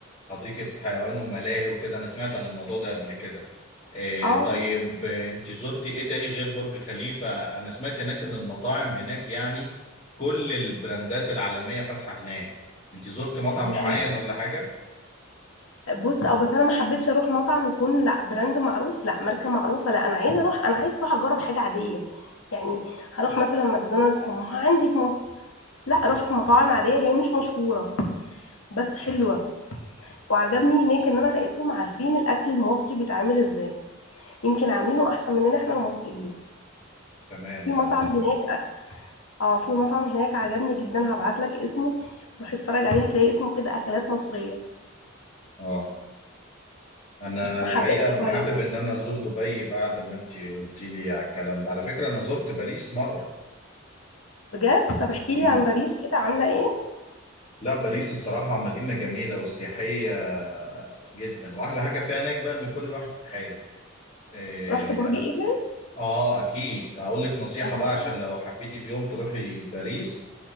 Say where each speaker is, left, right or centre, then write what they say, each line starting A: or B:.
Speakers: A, on the left (about 35°); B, on the left (about 85°).
A: حديقه حيوان وملاهي وكده انا سمعت عن الموضوع ده قبل كده إيه
B: اه
A: طيب آه، انت زرتي ايه تاني غير برج خليفه انا سمعت هناك ان المطاعم هناك يعني كل البراندات العالميه فاتحه هناك انت زرتي مطعم
B: دي
A: معين
B: حقيقة
A: ولا حاجه
B: بص او بس انا ما حبيتش اروح مطعم يكون لا براند معروف لا ماركه معروفه لا انا عايزه اروح انا عايزه اروح اجرب حاجه عاديه يعني هروح مثلا ماكدونالدز طب ما هو عندي في مصر لا رحت مطاعم عاديه هي مش مشهوره بس حلوه وعجبني هناك ان انا لقيتهم عارفين الاكل المصري بيتعمل ازاي يمكن عاملينه احسن مننا احنا المصريين
A: كمان
B: في
A: يا
B: مطعم
A: نهار ابيض
B: هناك اه في مطعم هناك عجبني جدا هبعت لك اسمه روح اتفرج عليه هتلاقي اسمه كده اكلات مصريه
A: اه انا
B: ما
A: الحقيقه
B: حبيتش
A: بحابب
B: اغير
A: ان انا ازور دبي بعد ما انتي قلتي لي على الكلام ده على فكره انا زرت باريس مره
B: بجد طب احكي
A: مم.
B: لي عن باريس كده عامله ايه
A: لا باريس الصراحه مدينه جميله وسياحيه جدا واحلى حاجه فيها هناك بقى ان كل واحد في حاله إيه
B: رحت برج ايفل
A: أ- اه اكيد اقول لك نصيحه
B: أها
A: بقى عشان لو حبيتي في يوم تروحي باريس